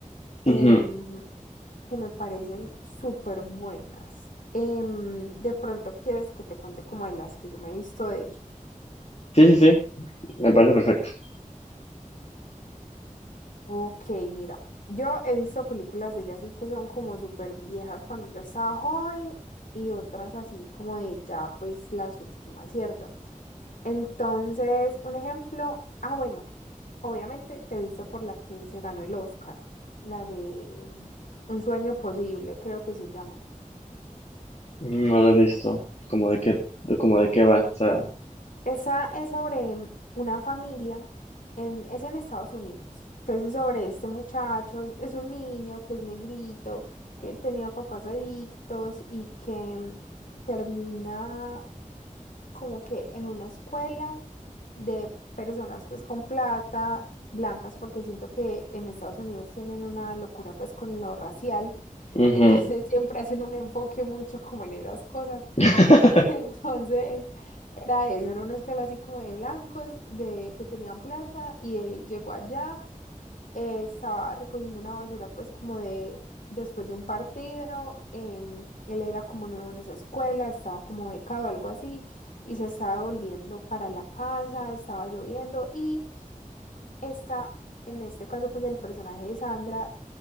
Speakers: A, on the left; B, on the left.
A: em,
B: Ujú.
A: que me parecen súper buenas. Em, de pronto quieres que te cuente como de las que yo me he visto de ella.
B: Sí, sí, sí, me parece perfecto.
A: Ok, mira, yo he visto películas de ella así que son como súper viejas cuando yo estaba joven y otras así como de ya pues las últimas, ¿cierto? Entonces, un ejemplo, ah, bueno, obviamente te viste por la que se ganó el Oscar, la de Un sueño posible, creo que se llama.
B: No lo he visto, como de qué, de como de qué va, o sea.
A: Esa es sobre mm, una familia, en, es en Estados Unidos. Entonces, sobre este muchacho, es, es un niño que es negrito, que tenía papás adictos y que mm, termina como que en una escuela de personas pues con plata, blancas, porque siento que en Estados Unidos tienen una locura pues con lo racial,
B: ujú.
A: entonces <laughs> siempre hacen un enfoque mucho como en esas cosas.
B: <laughs>
A: <laughs> Entonces era eso, era una escuela así como de blancos, de que tenían plata y él llegó allá eh, estaba recogiendo una basura pues como de después de un partido, em, él era como nuevo en esa escuela, estaba como becado, algo así, y se estaba devolviendo para la casa, estaba lloviendo y esta, en este caso pues el personaje de Sandra